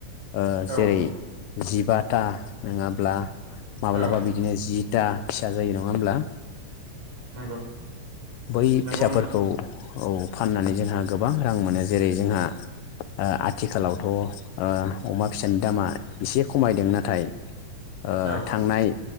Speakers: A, on the left (about 85°); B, on the right (about 55°).
A: ओ
B: औ
A: जेरै जिबाथा नङाब्ला माब्लाबा
B: औ
A: बि जिथा फिसा जायो नङा होमब्ला?
B: नंगौ
A: बै
B: नंगौ
A: फिसाफोरखौ
B: नोंथां
A: औ फाननानै जोंहा गोबां रां मोनो जेरै जोंहा ओ आथिखालावथ' ओ अमा फिसानि दामा एसे खमायदों नाथाय ओ
B: औ
A: थांनाय